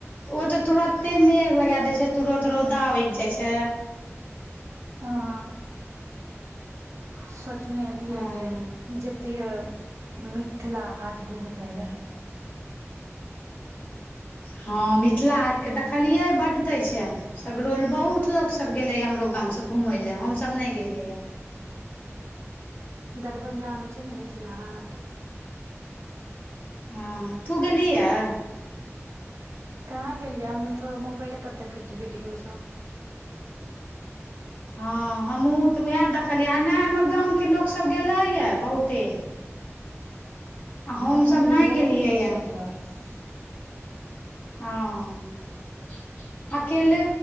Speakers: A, on the left (about 35°); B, on the right (about 75°).
A: ओतऽ तुरते मेघ लगा देय छै तुरत रौदा उइग जाइ छै।
B: हँ- सोचने रियै
A: हँ
B: जे जतियै मिथिला हाट घुमै लए।
A: हँ मिथिला हाटके देखलियै बड्ड दै छै। सगरो ल-बहुत लोक सब गेलेयैऽहमरो गामस घुमै लय, हम सब न गेलियैयैऽ।
B: दरभंगामे छैय ने मिथिला हाट
A: हा, तु गेलीहेऽ?
B: कहां गेलियैऽ हमहुं तऽ मोबइले पर देखैय छियै वीडियो सब।
A: ह हमहु तऽ उएह देखलियै, आ नै हमर गामके लोकसब गेलैय य बहुते। आ हमसभ
B: ह हमहूं
A: नहि
B: बहुत
A: गेलियैए
B: दिनसँ सोचि रहल छि।
A: हां अकेले